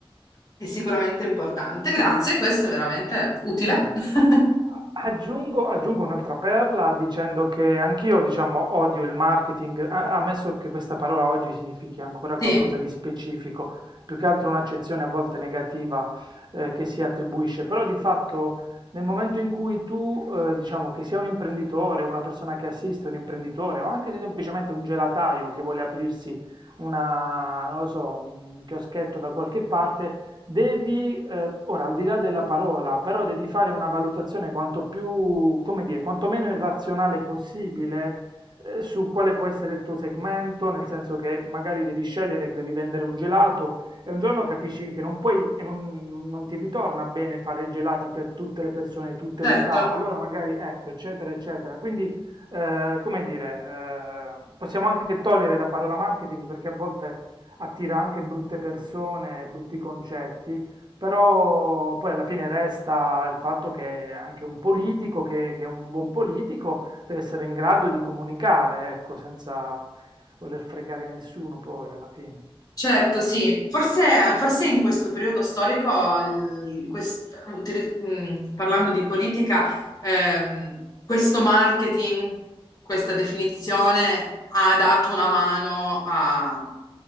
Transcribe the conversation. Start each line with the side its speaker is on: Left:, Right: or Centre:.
Left: è sicuramente importante. Grazie, questo è veramente utile.
Right: Di niente.
Left: <laughs>
Right: A- Aggiungo, aggiungo un'altra perla dicendo che anch'io, diciamo, odio il marketing, a- ammesso che questa parola oggi significhi ancora
Left: Sì,
Right: qualcosa di specifico, più che altro un'accezione a volte negativa eh, che si attribuisce, però di fatto nel momento in cui tu, eh, diciamo, che sia un imprenditore, una persona che assiste un imprenditore o anche semplicemente un gelataio che vuole aprirsi una, non lo so, un chioschetto da qualche parte, devi, eh, ora al di là della parola, però devi fare una valutazione quanto più, come dire, quanto meno irrazionale possibile eh, su quale può essere il tuo segmento, nel senso che magari devi scegliere che devi vendere un gelato e un giorno capisci che non puoi e non, non ti ritorna bene fare gelati per tutte le persone, di tutte
Left: certo.
Right: le età, allora magari ecco, eccetera, eccetera. Quindi, eh, come dire, eh, possiamo anche togliere la parola marketing perché a volte attira anche brutte persone e brutti concetti, però poi alla fine resta il fatto che anche un politico, che, che un buon politico, deve essere in grado di comunicare, ecco, senza voler fregare nessuno poi alla fine.
Left: Certo, sì. Forse, forse in questo periodo storico, il- quest- utili- mh, parlando di politica, ehm, questo marketing, questa definizione ha dato una mano a,